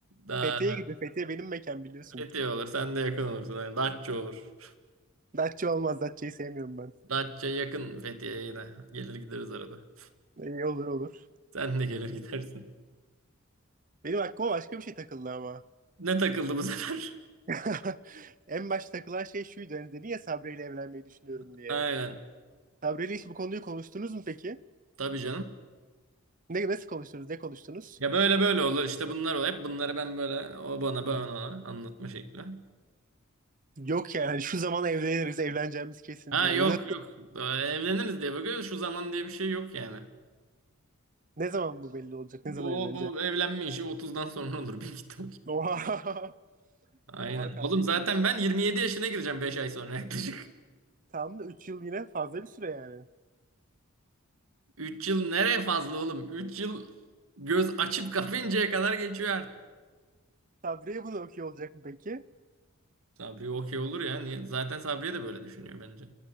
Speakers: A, on the right (about 75°); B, on the right (about 40°).
A: da
B: Fethiye'ye gidin. Fethiye benim mekan biliyorsun.
A: Fethiye olur. Sen de yakın olursun. Yani Datça olur.
B: Datça olmaz. Datça'yı sevmiyorum ben.
A: Datça yakın Fethiye'ye yine. Gelir gideriz arada.
B: İyi olur olur.
A: Sen de gelir gidersin.
B: Benim aklıma başka bir şey takıldı ama.
A: Ne takıldı bu sefer?
B: <laughs> En başta takılan şey şuydu. Hani dedin ya Sabri ile evlenmeyi düşünüyorum
A: <laughs>
B: diye.
A: Aynen.
B: Sabri ile hiç bu konuyu konuştunuz mu peki?
A: Tabii canım.
B: Ne, nasıl konuştunuz? Ne konuştunuz?
A: Ya böyle böyle olur. İşte bunlar olur. Hep bunları ben böyle o bana ben ona anlatma şekli.
B: Yok yani hani şu zaman evleniriz. Evleneceğimiz kesin.
A: Ha
B: Yani
A: yok
B: ne,
A: yok. Böyle Evleniriz diye bakıyoruz. Şu zaman diye bir şey yok yani.
B: ne zaman bu belli olacak?
A: Bu
B: Ne zaman evleneceğiz?
A: bu evlenme işi 30'dan sonra olur. <laughs> Bir git
B: Oha. <laughs>
A: Aynen.
B: Oha kardeşim
A: Oğlum zaten ben 27 yaşına gireceğim 5 ay sonra yaklaşık.
B: Tam da 3 yıl yine fazla bir süre yani.
A: 3 yıl nereye fazla oğlum? 3 yıl göz açıp kapayıncaya kadar geçiyor artık.
B: Sabri'ye bunu okuyor olacak mı peki?
A: Sabri okey olur ya. Niye? Zaten Sabriye de böyle düşünüyor bence.